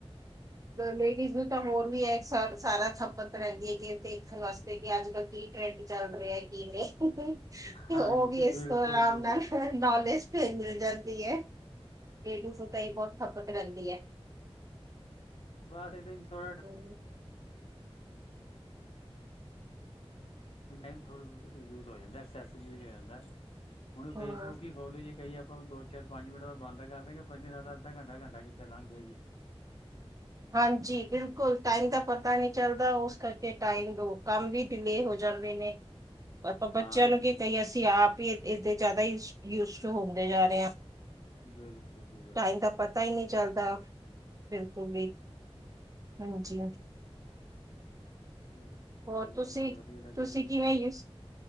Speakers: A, on the right; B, on the left.
A: ਲੇਡੀਜ਼ ਨੂੰ ਤਾਂ ਹੋਰ ਵੀ ਐ ਸ ਸਾਰਾ ਸਪਤ ਰੈਂਦੀ ਐ ਕਿ ਦੇਖਣ ਵਾਸਤੇ ਸੀਗੇ ਅੱਜ ਕੱਲ ਕੀ ਟਰੈਂਡ ਚੱਲ ਰਿਆ ਕੀ ਨਈ
B: ਹਾਂਜੀ
A: ਓ ਵੀ ਐਸ
B: ਬਿਲਕੁਲ
A: ਆਰਾਮ
B: ਜੀ ਬਿਲਕੁਲ
A: ਨਾਲ ਨਲੇਜ ਮਿਲ ਜਾਂਦੀ ਐ ਰੇਡੂ ਫੂ ਤਾਂ ਇਹ ਬਹੁਤ ਖਪਤ ਰੈਂਦੀ ਏ।
B: ਬਸ ਇਦੇ 'ਚ ਥੋੜ੍ਹਾ
A: ਹੈਲੋ
B: ਟੈਮ ਥੋੜ੍ਹਾ ਯੂਜ ਹੋ ਜਾਂਦਾ ਐਕਸੈਸ ਯੂਜ ਹੋ ਜਾਂਦਾ। ਹੁਣ ਫੇਸਬੁੱਕ
A: ਹਾਂ
B: ਹੀ ਖੋਲੀ ਜੀ ਕਈ ਏ ਆਪਾਂ ਦੋ ਚਾਰ ਪੰਜ ਮਿੰਟ ਬਾਦ ਕਰ ਦੇਂਗੇ ਪੰਜ ਦਿਨਾਂ ਦਾ ਅੱਧਾ ਘੰਟਾ-ਘੰਟਾ ਕਿਥੇ ਲੰਘ ਗਿਆ ਜੀ।
A: ਹਾਂਜੀ ਬਿਲਕੁਲ ਟਾਈਮ ਦਾ ਪਤਾ ਨਈ ਚੱਲਦਾ ਉਸ ਕਰਕੇ ਟਾਈਮ ਦੋ ਕੰਮ ਵੀ ਡਿਲੇ ਹੋ ਜਾਂਦੇ ਨੇ। <inaudible> ਆਪਾਂ
B: ਹਾਂਜੀ
A: ਬੱਚਿਆਂ ਨੂੰ ਕੀ
B: ਹਾਂ
A: ਕਹੀਏ ਅਸੀਂ ਆਪ ਹੀ ਇਸਦੇ ਜਾਦਾ ਯੂਜ ਹੁੰਦੇ ਜਾ ਰਏ ਆਂ।
B: ਬਿਲਕੁਲ ਜੀ ਬਿਲਕੁਲ
A: ਟਾਈਮ ਦਾ
B: ਬਿਲਕੁਲ
A: ਪਤਾ ਹੀ ਨਈ ਚੱਲਦਾ ਬਿਲਕੁ ਵੀ ਹਾਂਜੀ
B: ਹੂੰ
A: ਹਾਂ
B: ਚਲੋ ਤੁਹਾਡੀਆਂ
A: ਹੋਰ ਤੁਸੀਂ
B: ਗੱਲਾਂ ਤਾਂ ਵਧੀਆ ਲੱਗਿਆ
A: ਤੁਸੀਂ ਕਿਵੇਂ ਯੂਸ